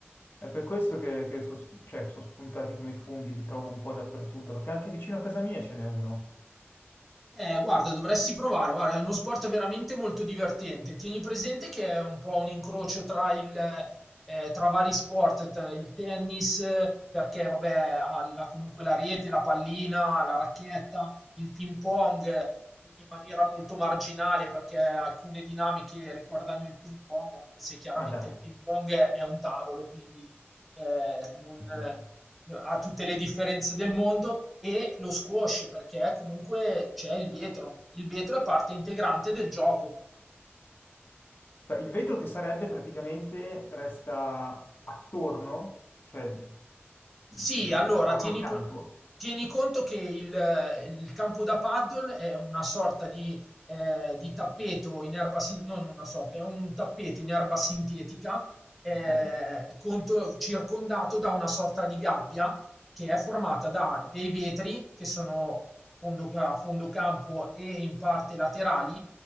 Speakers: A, on the left (about 50°); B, in the centre.
A: È per questo che, che so- cioè, sono spuntati come i funghi, li trovo un po' dappertutto, perché anche vicino a casa mia ce n'è uno.
B: Eh, guarda, dovresti provare, guarda, è uno sport veramente molto divertente. Tieni presente che è un po' un incrocio tra il, eh, tra vari sport, tra il tennis, eh, perché vabbè, ha la- comunque la rete, la pallina, la racchetta, il ping pong eh, in maniera molto marginale, perché alcune dinamiche ricordano il ping pong, anche se chiaramente
A: Ma dai,
B: il ping pong è è un tavolo, quindi ehm, non
A: eh,
B: n
A: certo.
B: ha tutte le differenze del mondo, e lo squash perché comunque c'è il vetro. Il vetro è parte integrante del gioco.
A: Fa- Il vetro che sarebbe praticamente resta attorno, cioè
B: Sì,
A: mh,
B: allora
A: attorno
B: tieni
A: al campo,
B: p tieni conto che il il campo da paddle è una sorta di ehm, di tappeto in erba sin no, non una sorta, è un tappeto in erba sintetica, ehm,
A: ok?
B: conto circondato da una sorta di gabbia che è formata da dei vetri che sono fondo ca a fondo campo e in parte laterali